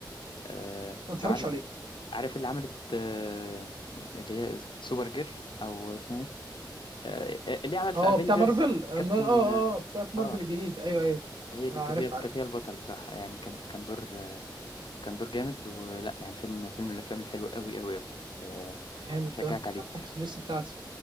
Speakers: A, on the left; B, on the right.
A: آه
B: ما اتفرجش
A: لو عارف
B: عليه
A: عارف اللي عملت آه، اللي هي سوبر جيرل او اسمها ايه آه، آه، اللي عمل في
B: اه
A: افنجرز
B: بتاع مارفل اه
A: كابتن
B: اه آه، بتاعت مارفل
A: اه
B: الجديد ايوه ايوه
A: هي دي
B: آه، عارف
A: كانت هي كانت
B: عارف
A: هي البطل بصراحة يعني كان كان دور كان دور جامد ولا يعني فيلم فيلم من الافلام الحلوة قوي قوي قوي آه،
B: جامد
A: اشجعك
B: ده
A: عليه
B: ده نحطه في الليست بتاعتي